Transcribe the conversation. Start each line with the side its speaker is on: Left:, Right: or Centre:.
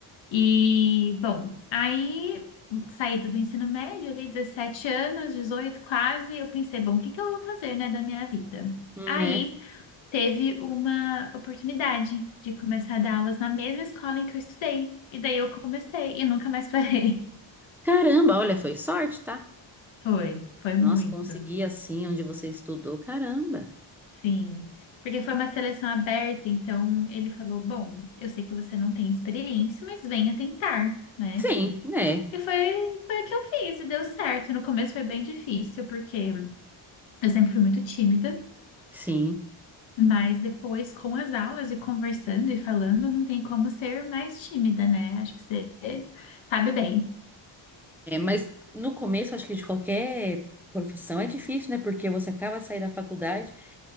Left: E, bom, aí saída do ensino médio, ali 17 anos, 18 quase, eu pensei, bom, o que que eu vou fazer, né, da minha vida?
Centre: Né?
Left: Aí teve uma oportunidade de começar a dar aulas na mesma escola em que eu estudei. E daí eu comecei e nunca mais parei.
Centre: Caramba, olha, foi sorte, tá?
Left: <laughs> Foi, foi muito.
Centre: Nossa, consegui assim onde você estudou, caramba.
Left: Sim. Porque foi uma seleção aberta, então ele falou: Bom, eu sei que você não tem experiência, mas venha tentar, né?
Centre: Sim, né?
Left: E foi, foi o que eu fiz e deu certo. No começo foi bem difícil, porque eu sempre fui muito tímida,
Centre: Sim.
Left: mas depois, com as aulas e conversando e falando, não tem como ser mais tímida, né? Acho que você sabe bem.
Centre: É, mas no começo, acho que de qualquer profissão é difícil, né? Porque você acaba de sair da faculdade,